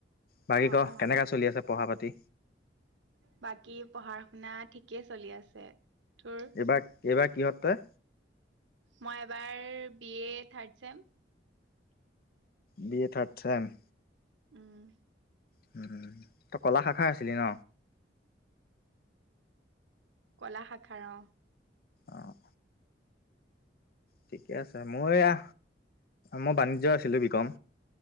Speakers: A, on the left; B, on the right.
A: বাকী
B: অ
A: ক
B: অ।
A: কেনেকা চলি আছে পঢ়া পাতি?
B: বাকী। পঢ়া শুনা ঠিকেই চলি আছে। তোৰ
A: এবাৰ এইবাৰ কিহত তয়?
B: মই এবাৰ B A third sem.
A: B A third sem.
B: উম।
A: হো হো। তই কলা শাখা আছিলি ন?
B: কলা শাখাৰ অ।
A: অহ। ঠিকে আছে মই এয়া মই বাণিজ্য আছিলো বিকম।